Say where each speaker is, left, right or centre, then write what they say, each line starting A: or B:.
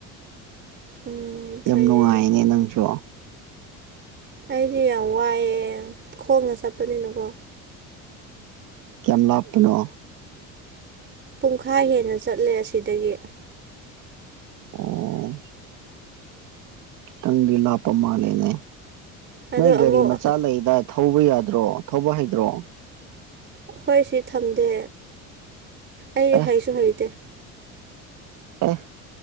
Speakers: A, on the right; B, on the right.
A: ꯎꯝ ꯐꯩꯌꯦ
B: ꯌꯥꯝ ꯅꯨꯡꯉꯥꯏꯅꯦ ꯅꯪꯁꯨ
A: ꯑꯩꯗꯤ ꯌꯥꯝ ꯋꯥꯏꯌꯦ ꯈꯣꯡꯅ ꯆꯠꯄꯅꯤꯅꯀꯣ
B: ꯀꯌꯥꯝ ꯂꯥꯞꯄꯅꯣ
A: ꯄꯨꯡꯈꯥꯏ ꯍꯦꯟꯅ ꯆꯠꯂꯦ ꯑꯁꯤꯗꯒꯤ
B: ꯑꯣ ꯈꯤꯇꯪꯗꯤ ꯂꯥꯞꯄ ꯃꯥꯜꯂꯦꯅꯦ
A: ꯑꯗꯣ
B: ꯅꯣꯏ ꯒꯥꯔꯤ
A: ꯑꯃꯨꯛ
B: ꯃꯆꯥ ꯂꯩꯗꯥꯢ ꯊꯧꯕ ꯌꯥꯗ꯭ꯔꯣ ꯊꯧꯕ ꯍꯩꯇ꯭ꯔꯣ
A: ꯑꯈꯣꯏ ꯁꯤ ꯊꯝꯗꯦ ꯑꯩ
B: ꯑꯦ
A: ꯍꯩꯁꯨ ꯍꯩꯇꯦ
B: ꯑꯦ